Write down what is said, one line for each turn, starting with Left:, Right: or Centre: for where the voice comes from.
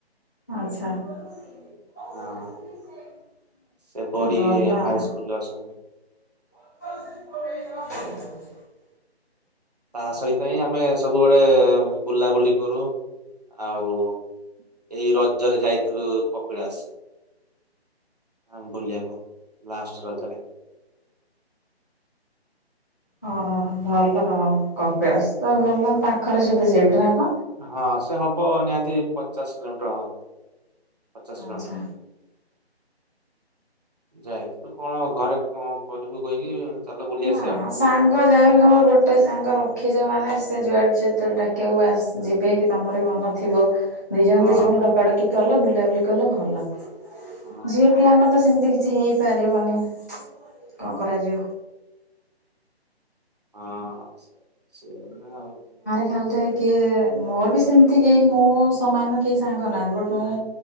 Left: ଆଛା। <unintelligible>
Right: ହଁ ସେ ବରି
Left: ଭଲ ଆଉ।
Right: ହାଇସ୍କୁଲରେ ଅଛନ୍ତି।
Left: <inaudible>
Right: ତା ସହିତ ହିଁ ଆମେ ସବୁବେଳେ ବୁଲାବୁଲି କରୁ ଆଉ ଏଇ ରଜରେ ଯାଇଥିଲୁ କପିଳାସ। <unintelligible> ବୁଲିବାକୁ ଲାଷ୍ଟ ରଜରେ।
Left: ହଁ ହଁ ଭଲ କପିଳାସ ତ ଭଲ ପାଖରେ ସବୁ ସେଇଠି ନା କଣ?
Right: ହଁ ସେ ହବ ନିହାତି ପଚାଶ କିଲୋମିଟର ହବ। ପଚାଶ
Left: ଆଚ୍ଛା।
Right: କିଲୋମିଟର। ଯାଇଥିଲୁ କଣ ଘରେ କଣ କରିବୁ କହିକି <unintelligible>
Left: ନା
Right: ଆସିବା ଆଉ।
Left: ସାଙ୍ଗ ଯାହା ହେଲେ ତମର ଗୋଟେ ସାଙ୍ଗ ରଖିଚ ମାନେ ସେ ଯୁଆଡେ ଯେତେବେଳେ ଡାକିବ ଆସେ ଯିବେ କି ତମର ବି ମନ ଥିବ। ଦିଜଣ
Right: ହଁ
Left: ଦିଜଣ ଡକାଡକି କଲ ବୁଲାବୁଲି କଲ ଭଲ
Right: ହଁ
Left: ଝିଅ ପିଲାଙ୍କର ତ ସେମତି କିଛି ହେଇପାରିବନି କଣ କରାଯିବ।
Right: ହଁ ସେ ସେଇଭଳିଆ ଆଉ।
Left: ଖାଲିଟାରେ କିଏ ମୋର ବି ସେମିତି କେହି ମୁଁ ସମାନର କେହି ସାଙ୍ଗ ନାହାନ୍ତି ବଟ୍ ମୁଁ